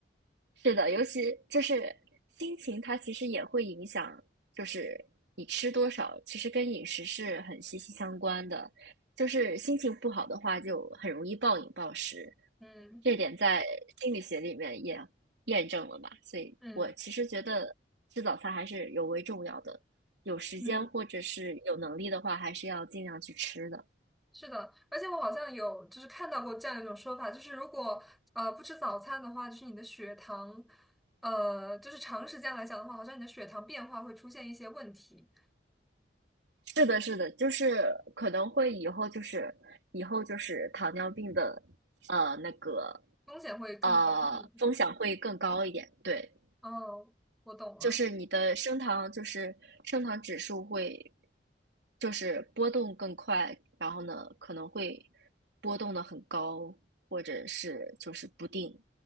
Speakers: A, on the right (about 75°); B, in the centre.
A: 是的，尤其就是心情，它其实也会影响，就是你吃多少，其实跟饮食是很息息相关的。就是心情不好的话，就很容易暴饮暴食，
B: 嗯
A: 这点在心理学里面也验证了吧？所以我其实觉得吃早餐还是尤为重要的，
B: 嗯
A: 有时间或者是有能力的话，
B: 嗯，
A: 还是要尽量去吃的。
B: 是的，而且我好像有就是看到过这样一种说法，就是如果呃不吃早餐的话，就是你的血糖，呃，就是长时间来讲的话，好像你的血糖变化会出现一些问题，
A: 是的，是的，就是可能会以后就是以后就是糖尿病的呃那个
B: 风险会更高。
A: 呃风险会更高一点，
B: 嗯
A: 对，
B: 哦，我懂了。
A: 就是你的升糖就是升糖指数会就是波动更快，然后呢可能会波动的很高，或者是就是不定。